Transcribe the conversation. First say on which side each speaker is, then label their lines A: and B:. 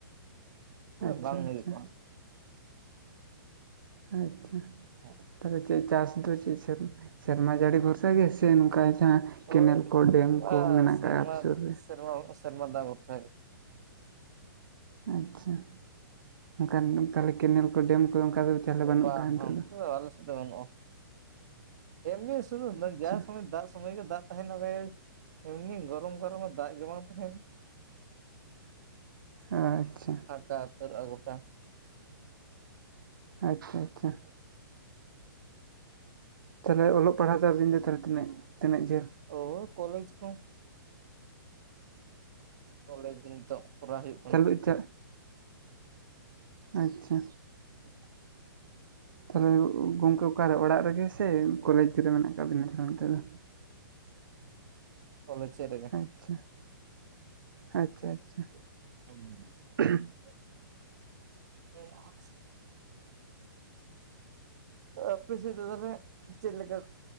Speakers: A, on the right; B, on the right.
A: ᱟᱪᱪᱷᱟ
B: ᱵᱟᱝ
A: ᱟᱪᱪᱷᱟ
B: ᱦᱩᱭᱩᱜᱼᱟ᱾
A: ᱟᱪᱪᱷᱟ᱾
B: ᱦᱚᱸ᱾
A: ᱛᱟᱦᱚᱞᱮ ᱪᱮᱫᱽ ᱪᱟᱥ ᱫᱚ ᱪᱮᱫᱽ ᱥᱮ ᱥᱮᱨᱢᱟ ᱡᱟᱹᱲᱤ ᱵᱷᱚᱨᱥᱟ ᱜᱮ ᱥᱮ ᱱᱚᱝᱠᱟ ᱡᱟᱦᱟᱸ ᱠᱮᱱᱮᱞ
B: ᱳᱭ
A: ᱠᱚ ᱰᱮᱢ
B: ᱵᱟ
A: ᱠᱚ ᱢᱮᱱᱟᱜ
B: ᱥᱮᱨᱢᱟ
A: ᱠᱟᱜ-ᱟ ᱟᱯᱮ ᱥᱩᱨ ᱨᱮ?
B: ᱥᱮᱨᱢᱟ ᱥᱮᱨᱢᱟ ᱫᱟᱜ ᱵᱷᱚᱨᱥᱟ ᱜᱮ᱾
A: ᱟᱪᱪᱷᱟ ᱚᱱᱠᱟᱱ ᱛᱟᱦᱚᱞᱮ ᱠᱮᱱᱮᱞ ᱠᱚ ᱰᱮᱢ ᱠᱚᱫᱚ ᱚᱱᱠᱟ ᱫᱚ ᱛᱟᱦᱚᱞᱮ ᱵᱟᱹᱱᱩᱜ
B: ᱵᱟᱝ
A: ᱠᱟᱜᱼᱟ ᱱᱤᱛᱚᱜ ᱫᱚ
B: ᱟᱞᱮ ᱥᱮᱱ ᱫᱚ ᱵᱟᱹᱱᱩᱜᱼᱟ᱾ ᱮᱢᱱᱤ ᱥᱚᱢᱚᱭ
A: ᱟᱪᱪᱷᱟ
B: ᱡᱟᱦᱟ ᱥᱚᱢᱚᱭ ᱫᱟᱜᱽ ᱢᱚᱭ ᱜᱮ ᱫᱟᱜᱽ ᱛᱟᱦᱮᱱᱟ <unintelligible> ᱮᱢᱱᱤ ᱜᱚᱨᱚᱢ ᱜᱚᱨᱚᱢ ᱫᱟᱜ ᱜᱮ ᱵᱟᱝ ᱛᱟᱦᱮᱱᱟ᱾
A: ᱟᱪᱪᱷᱟ
B: ᱯᱟᱠᱟ ᱩᱛᱟᱹᱨᱚᱜ-ᱟ ᱜᱳᱴᱟ᱾
A: ᱟᱪᱪᱷᱟ ᱟᱪᱪᱷᱟ ᱛᱟᱦᱚᱞᱮ ᱚᱞᱚᱜ ᱯᱟᱲᱦᱟᱜ ᱫᱚ ᱟᱵᱤᱱ ᱫᱚ ᱛᱤᱱᱟᱹᱜ ᱛᱤᱱᱟᱹᱜ ᱡᱷᱟᱹᱞ?
B: ᱦᱳᱭ ᱠᱚᱞᱮᱡᱽ ᱠᱚ ᱠᱚᱞᱮᱡᱽ ᱱᱤᱛᱚᱜ ᱠᱚᱨᱟᱣ ᱦᱩᱭᱩᱜ ᱠᱟᱱᱟ᱾
A: ᱪᱟᱹᱞᱩ ᱪᱟ ᱟᱪᱪᱷᱟ
B: <unintelligible>
A: ᱛᱟᱦᱚᱞᱮ ᱜᱚᱝᱠᱮ ᱚᱠᱟᱨᱮ ᱚᱲᱟᱜ ᱨᱮᱜᱮ ᱥᱮ ᱠᱚᱞᱮᱡᱽ ᱨᱮ ᱢᱮᱱᱟᱜ ᱟᱠᱟᱟᱜ ᱵᱤᱱᱟ ᱱᱤᱛ ᱫᱚ?
B: ᱠᱟᱞᱮᱡᱽ ᱥᱮᱫ ᱨᱮᱜᱮ᱾
A: ᱟᱪᱪᱟ ᱟᱪᱪᱷᱟ ᱟᱪᱪᱷᱟ
B: <unintelligible>
A: <inaudible>
B: ᱦ <unintelligible> ᱚᱯᱮ ᱥᱮᱫ ᱛᱟᱦᱞᱮ ᱪᱮᱫ ᱞᱮᱠᱟ